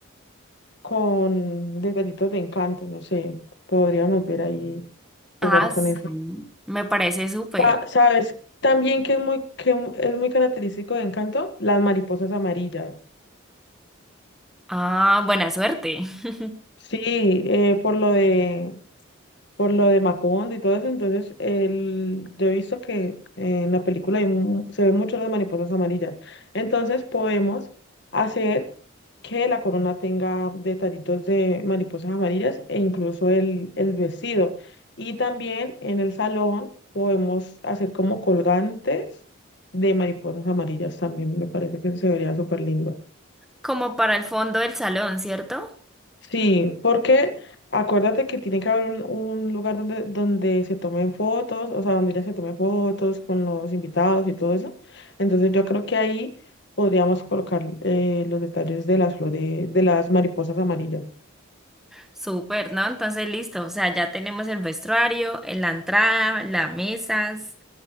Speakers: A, on the left (about 55°); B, in the centre.
A: con detallitos de encanto, no sé, podríamos ver ahí,
B: Ah,
A: jugar con
B: sí,
A: eso.
B: me parece súper.
A: Ta- ¿Sabes? También que es muy, que mu- es muy característico de Encanto, las mariposas amarillas.
B: Ah, buena suerte. <laughs>
A: Sí, eh, por lo de por lo de Macondo y todo eso. Entonces, el, yo he visto que eh, en la película hay mu- se ven mucho las mariposas amarillas. Entonces, podemos hacer que la corona tenga detallitos de mariposas amarillas e incluso el, el vestido. Y también en el salón podemos hacer como colgantes de mariposas amarillas también. Me parece que se vería súper lindo.
B: Como para el fondo del salón, ¿cierto?
A: Sí, porque acuérdate que tiene que haber un, un lugar donde, donde se tomen fotos, o sea, donde ya se tomen fotos con los invitados y todo eso. Entonces yo creo que ahí podríamos colocar eh, los detalles de las flores, de las mariposas amarillas.
B: Súper, ¿no? Entonces, listo. O sea, ya tenemos el vestuario, eh, la entrada, las mesas,